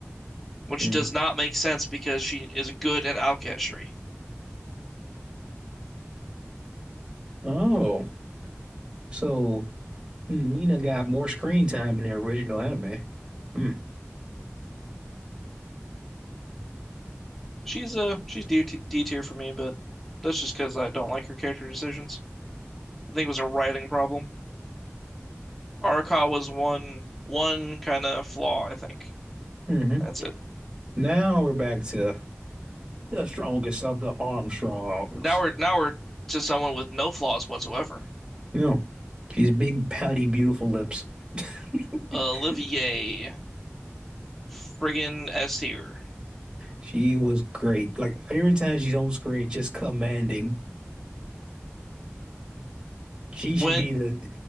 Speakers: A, in the centre; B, on the right.
A: Which
B: Hmm.
A: does not make sense because she is good at alchemy.
B: Oh. So hmm, Nina got more screen time in the original anime. Hmm.
A: She's a uh she's D, D tier for me, but that's just because I don't like her character decisions. I think it was a writing problem. Arca was one one kind of flaw, I think.
B: hmm
A: That's it.
B: Now we're back to the strongest of the Armstrongs.
A: Now we're now we're to someone with no flaws whatsoever.
B: No, she's big, pouty, beautiful lips. <laughs>
A: Olivier, friggin' S tier.
B: She was great. Like every time she's on screen, just commanding. She should
A: Went
B: be the